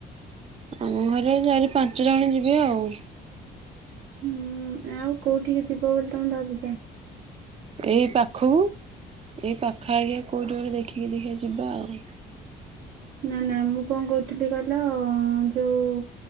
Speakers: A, on the right; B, on the right.
A: ଆମ ଘରେ ଚାରି ପାଞ୍ଚ ଜଣ ଯିବେ ଆଉ।
B: ହୁଁ ଆଉ କୋଉଠିକି ଯିବ ବୋଲି ତମେ ଭାବୁଚ?
A: ଏଇ ପାଖକୁ ଏଇ ପାଖ ଆଖିଆ ଦେଖିକି କେଉଠି ଗୋଟେ ଦେଖିକି ଦେଖିଆ ଯିବା ଆଉ।
B: ନା ନା ମୁଁ କଁ କହୁଥିଲି କହିଲ ଯୋଉ।